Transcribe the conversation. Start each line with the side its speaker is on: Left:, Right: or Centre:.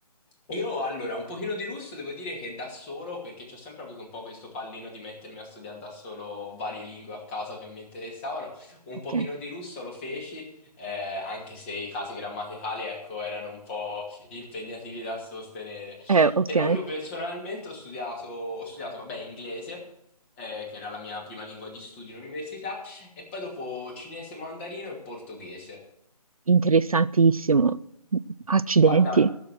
Left: Io allora, un pochino di russo devo dire che da solo, perché ci ho sempre avuto un po' questo pallino di mettermi a studiare da solo varie lingue a caso che mi interessavano, un
Right: ok,
Left: pochino di russo lo feci, eh, anche se i casi grammaticali, ecco, erano un po' impegnativi da sostenere.
Right: Eh, ok,
Left: Però io personalmente ho studiato, ho studiato, vabbè, inglese, eh, che era la mia prima lingua di studio in università, e poi dopo cinese, mandarino e portoghese.
Right: interessantissimo. Accidenti,
Left: Guarda,